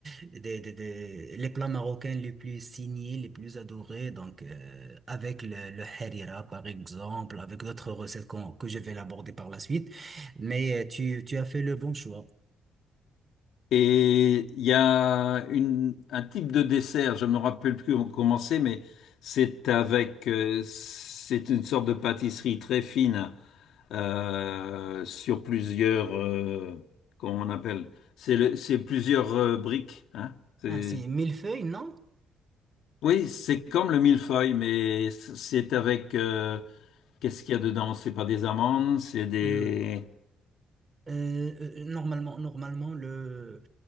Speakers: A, on the right; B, on the left.
A: des, des, des- les plats marocains les plus signés, les plus adorés, donc, euh, avec le, le harira, par exemple, avec d'autres recettes qu'on- que je vais l'aborder par la suite. Mais euh, tu, tu as fait le bon choix.
B: Et il y a une- un type de dessert, je me rappelle plus comment c'est, mais c'est avec, euh, c'est une sorte de pâtisserie très fine euh, sur plusieurs, euh, comment on appelle, c'est le- c'est plusieurs euh, briques. hein. C'est-
A: Ah, c'est millefeuille, non?
B: oui, c'est comme le millefeuille, mais c'est avec, euh, qu'est-ce qu'il y a dedans? C'est pas des amandes, c'est des,
A: Hmm. Euh, euh, euh, normalement, normalement le,